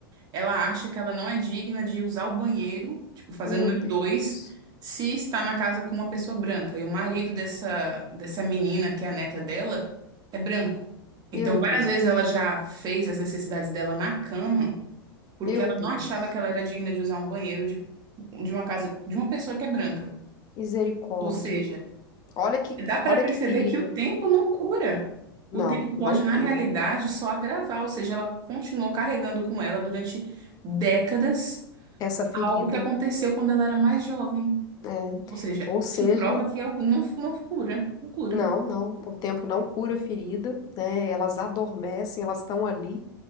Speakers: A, on the right; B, on the left.
A: ela acha que ela não é digna de usar o banheiro, tipo, fazer
B: Meu
A: número
B: Deus.
A: dois, se está na casa com uma pessoa branca. E o marido dessa, dessa menina, que é a neta dela, é branco. Então,
B: Meu
A: várias
B: Deus.
A: vezes ela já fez as necessidades dela na cama, porque
B: Meu
A: ela
B: Deus.
A: não achava que ela era digna de usar um banheiro de, de uma casa de uma pessoa que é branca.
B: Misericórdia.
A: Ou seja,
B: Olha que,
A: dá para
B: olha
A: perceber
B: que ferida.
A: que o tempo não cura.
B: Não,
A: O tempo pode,
B: não cura.
A: na realidade, só agravar. Ou seja, ela continuou carregando com ela durante décadas
B: Essa ferida,
A: Algo que aconteceu quando ela era mais jovem.
B: é,
A: Ou seja,
B: ou seja,
A: isso prova que algo não, não cura, não cura.
B: não, não, o tempo não cura a ferida, né? Elas adormecem, elas estão ali.